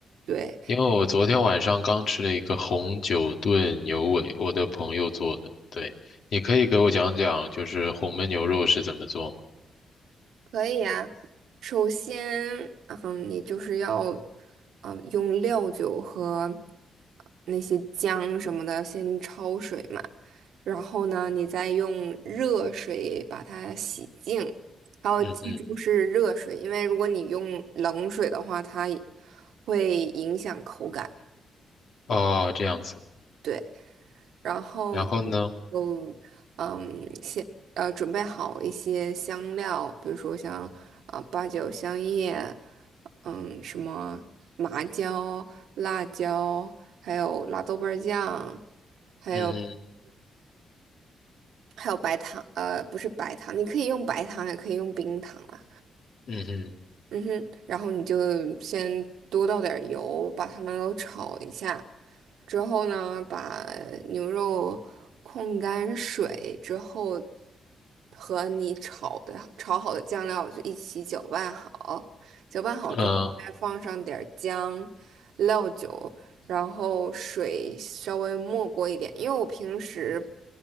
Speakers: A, on the right (about 85°); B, on the left (about 70°).
A: 对，
B: 因为我昨天晚上刚吃了一个红酒炖牛尾，我的朋友做的。对，你可以给我讲讲，就是红焖牛肉是怎么做吗？
A: 可以啊。首先，嗯，你就是要，嗯，用料酒和那些姜什么的先焯水嘛。然后呢，你再用热水把它洗净，还要记住是热水，
B: 嗯哼，
A: 因为如果你用冷水的话，它会影响口感。
B: 哦，这样子。
A: 对。然后你就嗯先呃准备好一些香料，
B: 然后呢？
A: 比如说像啊、八角、香叶，嗯什么麻椒、辣椒，还有辣豆瓣儿酱，还有
B: 嗯哼，
A: 还有白糖，呃不是白糖，你可以用白糖也可以用冰糖啊。
B: 嗯哼，
A: 嗯哼，然后你就先多倒点儿油，把它们都炒一下。之后呢，把牛肉控干水之后，和你炒的炒好的酱料就一起搅拌好。搅拌好之后，
B: 嗯，
A: 再放上点儿姜、料酒，然后水稍微没过一点，因为我平时